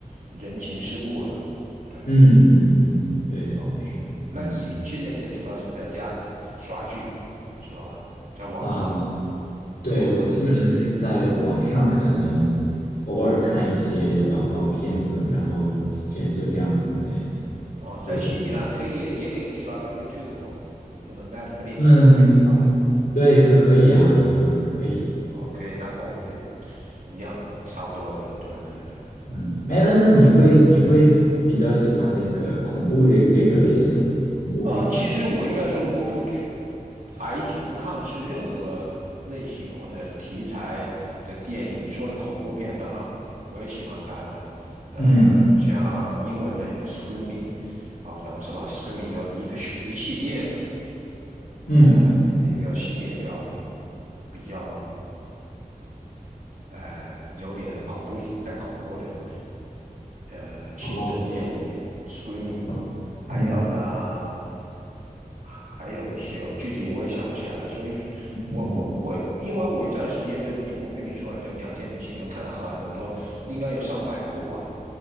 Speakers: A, on the right; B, on the left.
A: 人情世故了。对，
B: 嗯嗯嗯嗯嗯，对对对，
A: 哦，
B: 是的，
A: 那你现在也主要是在家里刷剧是吧？
B: 嗯
A: 在网上，
B: 啊，对，
A: 哦
B: 我基本上就是在网上可能偶尔看一些老老片子，然后这就这样子，对，
A: 哦，在新西兰可以也可以刷到
B: 会比较
A: YouTube 那种 Netflix
B: 嗯，
A: 都可以吧？
B: 对，可可以啊，嗯，可以，
A: 哦，可以，那跟我们的一样的，差不多的，对对对。
B: 嗯，哎，那那你会你会比较喜欢那个恐怖这这个类型的吗？恐怖片这种？
A: 呃，其实我应该说，我不去排拒、不抗斥任何类型或者题材的电影。你说的恐怖片，当然我也喜欢看了。呃，
B: 嗯
A: 像英文的那 Screaming，好像是吧？Screaming 有一个系一个系列的，呃，
B: 嗯，
A: 那个系列比较比较呃有点恐怖带恐怖的呃性质的电影，Screaming。
B: 哦哦，
A: 还有呢，
B: 嗯
A: 还有一些具体我也想不起来了，所以
B: 嗯嗯，
A: 我，我我因为我一段时间就你，我跟你说了，就两千零七年我看了很多，应该有上百部吧，